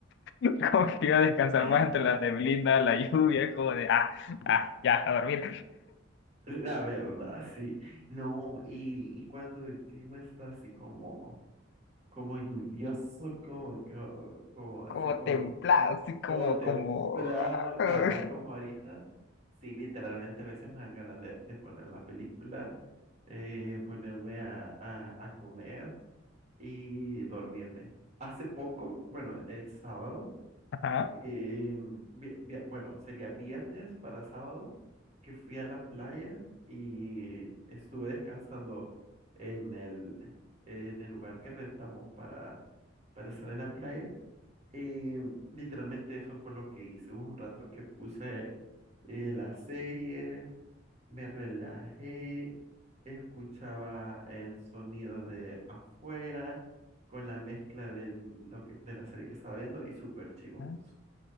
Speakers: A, on the left (about 60°); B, on the right (about 35°).
A: <laughs> como que iba a descansar
B: <laughs>
A: más entre la neblina, la lluvia, como de, ah, ah, ya, a dormir,
B: La verdad, sí. No, y, y cuando el clima está así como, como lluvioso, como, como, como así
A: como
B: como
A: templado, así como,
B: como templado,
A: como,
B: acabar
A: ah,
B: como ahorita. Sí, literalmente a veces me dan ganas de, de poner la película, eh, ponerme a, a, a comer y dormirme. Hace poco, bueno, el sábado,
A: <laughs>
B: eh, vi- vi- bueno, sería viernes para sábado, que fui a la playa y estuve descansando en el, en el lugar que rentamos para, para estar en la playa. Y literalmente eso fue lo que hice. Hubo un rato que puse eh, la serie, me relajé, escuchaba el sonido de afuera con la mezcla de, lo que, de la serie que estaba viendo y súper chivo.
A: ajá.